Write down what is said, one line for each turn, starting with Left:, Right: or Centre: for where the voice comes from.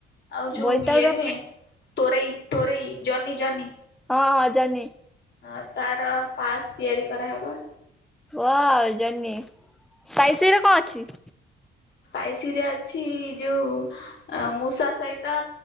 Left: ଆଉ ଯୋଉ
Centre: ବୋଇତାଳୁ
Left: ଇଏ ନୁହେଁ। ତୋରେଇ ତୋରେଇ ଜହ୍ନି ଜହ୍ନି।
Centre: ହଁ ହଁ ଜହ୍ନି।
Left: ହଁ ତାର ପାସ୍ ତିଆରି କରାହେବ।
Centre: ୱାଓ ଜହ୍ନି ସ୍ପାଇସିରେ କଣ ଅଛି?
Left: ସ୍ପାଇସି ରେ ଅଛି ଯୋଉ ଆ ମୂଷା ସହି ତା